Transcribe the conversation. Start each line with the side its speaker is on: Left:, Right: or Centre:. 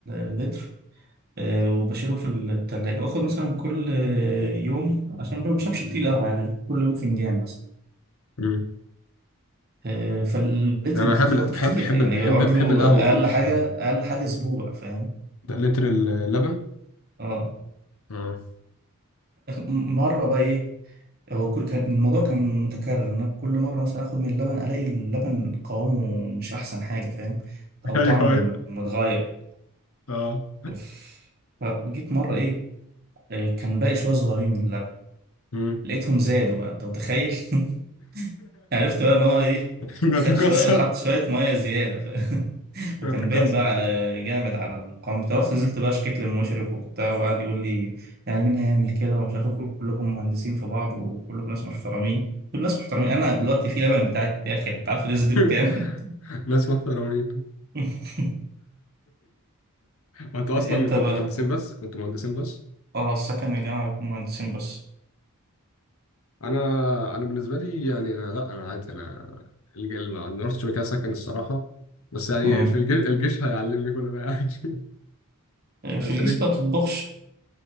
Right: اللتر آه، وبشيله في التلاجة باخد مثلا كل آه، يوم عشان ما بشربش كتير قهوة يعني كل يوم فنجان مثلا
Left: امم
Right: آه، فلقيت
Left: انا
Right: المفضلات
Left: بحب ال- بحب
Right: كتير
Left: بحب
Right: يعني
Left: ال- بحب
Right: يقعد
Left: بحب
Right: له
Left: القهوه
Right: أقل
Left: اه بس
Right: حاجة أقل حاجة أسبوع فاهم
Left: ده لتر اللبن
Right: اه
Left: اه
Right: مرة بقى إيه هو كل كان الموضوع كان متكرر إن أنا كل مرة مثلا آخد من اللبن ألاقي اللبن قوامه مش أحسن حاجة فاهم
Left: <laughs>
Right: أو
Left: ايوه
Right: طعمه
Left: ايوه
Right: متغير
Left: اه
Right: ف- فجيت مرة إيه آه، كان باقي شوية صغيرين من اللبن
Left: امم
Right: لقيتهم زادوا بقى أنت متخيل <laughs> عرفت بقى ان هو ايه
Left: <laughs> بتكسر
Right: خد شويه حط شويه ميه زياده ف... <laughs>
Left: بتكسر
Right: وكان باين بقى جامد على القوام بتاعه رحت نزلت بقى شكيت للمشرف وبتاع وقعد يقول لي يعني مين هيعمل كده ومش عارف إيه، كلكم مهندسين في بعض وكلكم ناس محترمين كل الناس محترمين انا دلوقتي في لبن بتاعي اتاخد انت عارف الريز دي
Left: <laughs>
Right: بكام
Left: ناس محترمين <laughs>
Right: <laughs>
Left: وانتوا
Right: انت
Left: اصلا كنتوا
Right: بقى
Left: مهندسين بس كنتوا مهندسين بس
Right: اه السكن الجامعه بيكون مهندسين بس
Left: انا انا بالنسبه لي يعني أنا لا انا عادي انا الج- ال- نورث شركه سكن الصراحه بس يعني
Right: مم.
Left: في الجيش, الجيش هيعلمني كل ده يعني
Right: في
Left: <laughs> انت
Right: الجيش
Left: ليك
Right: ده بتطبخش